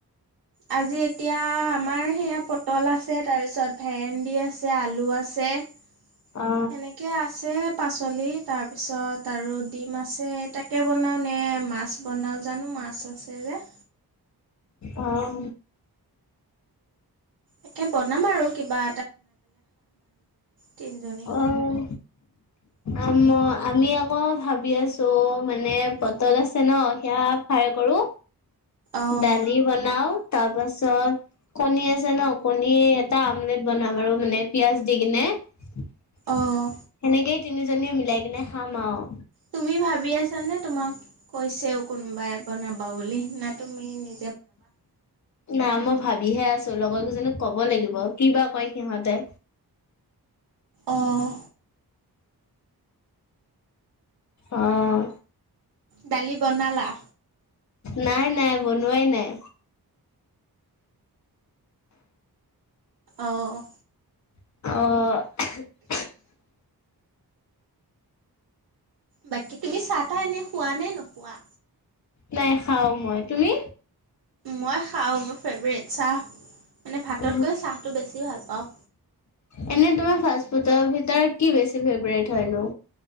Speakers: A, on the right; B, on the left.
A: আজি এতিয়া আমাৰ সেয়া পটল আছে, তাৰপিছত ভেন্দি আছে, আলু আছে সেনেকে
B: অ
A: আছে পাচলি তাৰপিছত আৰু ডিম আছে তাকে বনাও নে, মাছ বনাও জানো মাছ আছে যে।
B: অহ
A: তাকে বনাম আৰু কিবা তিনিজনী
B: অহ, আম আমি আকৌ ভাবি আছো মানে পটল আছে ন' সেয়া ফ্ৰাই কৰো
A: অঁ
B: ডালি বনাও তাৰপাছত কণী আছে ন' কণী এটা আমলেট বনাম আৰু মানে পিয়াজ দি কিনে। <inaudible>
A: অঁ
B: সেনেকেই তিনিজনীয়ে মিলাই কিনে খাম আৰু।
A: তুমি ভাবি আছানে তোমাক কৈছেও কোনবাই বনাবা বুলি না তুমি নি
B: নাই, মই ভাবিহে আছ ছোঁ, লগৰ কেইজনীক কব লাগিব কিবা কয় সিহঁতে!
A: অঁ।
B: আঁ।
A: দালি বনালা?
B: নাই নাই বনোৱাই নাই।
A: অঁ।
B: অ'।
A: বাকী তুমি চাহ তাহ এনে খোৱা নে নোখোৱা?
B: নাই, খাও মই। তুমি?
A: মই খাওঁ। মোৰ ফেভৰেট, চাহ মানে ভাততকৈ
B: অ
A: চাহটো বেছি ভাল পাওঁ।
B: এনে <unintelligible> ভিতৰত কি বেছি ফেভৰেট হয়নো?